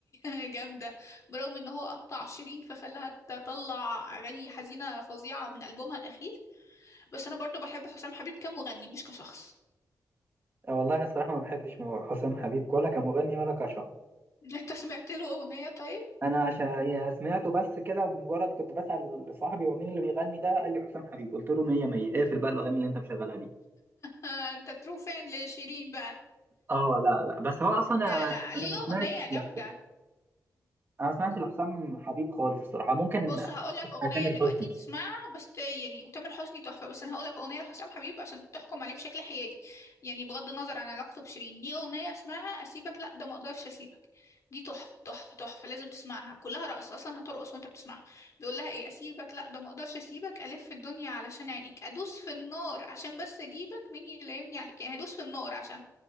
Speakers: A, on the left; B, on the right.
A: <laughs> جامدة برغم إن هو قطع شيرين فخلاها تطلع أغاني حزينة فظيعة من ألبومها الأخير بس انا برضو بحب حسام حبيب كمغني مش كشخص
B: آه، والله انا صراحه ما بحبش مو- حسام حبيب ولا كمغني ولا كشخص
A: <laughs> انت سمعت له اغنية طيب
B: انا عشان يعني سمعته بس كده بمجرد كنت بسال صاحبي هو مين اللي بيغني ده قال لي حسام حبيب قلت له 100 100 اقفل بقى الاغاني اللي انت مشغلها دي
A: آه انت ترو فان لشيرين بقى
B: اه لا لا بس هو اصلا انا
A: لا
B: ما- انا
A: لا ليه
B: ما سمعتش
A: اغنية جامدة
B: لحس- انا ما سمعتش لحسام حبيب خالص الصراحه ممكن
A: بص
B: اسمع
A: هقول لك اغنيه
B: تامر
A: دلوقتي
B: حسني
A: تسمعها بس ت- يعني وتامر حسني تحفه بس انا هقول لك اغنيه لحسام حبيب عشان تحكم عليه بشكل حيادي يعني بغض النظر عن علاقته بشيرين ليه اغنيه اسمها اسيبك لا ده ما اقدرش اسيبك دي تحفه تحفه تحفه لازم تسمعها كلها رقص اصلا هترقص وانت بتسمعها بيقول لها ايه اسيبك لا ده ما اقدرش اسيبك الف في الدنيا علشان عينيك ادوس في النار عشان بس اجيبك مين يلايمني عليك يعني هدوس في النار عشان